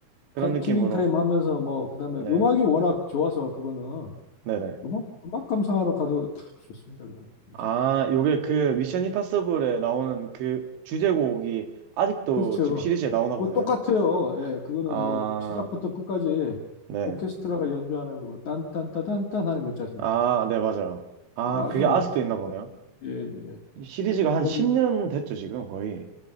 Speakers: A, on the right; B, on the left.
A: 그런
B: 타,
A: 느낌으로.
B: 킬링 타임 하면서 뭐 그다음에
A: 네.
B: 음악이 워낙 좋아서 그거는
A: 네네.
B: 음악 음악 감상하러 가도 딱 좋습니다. 그거는 진짜.
A: 아, 요게 그 미션 임파서블에 나오는 그 주제곡이 아직도
B: 그렇죠.
A: 지금 시리즈에 나오나
B: 그거
A: 보네요.
B: 똑같아요. 예, 그거는
A: 아,
B: 뭐 시작부터 끝까지
A: 네.
B: 오케스트라가 연주하는 거 딴딴따단딴 하는 거 있지 않습니까?
A: 아, 네, 맞아요. 아,
B: 그거 아주
A: 그게 아직도
B: 멋있어요.
A: 있나 보네요.
B: 예, 예.
A: 이 시리즈가 한
B: 그건
A: 10년 됐죠, 지금 거의.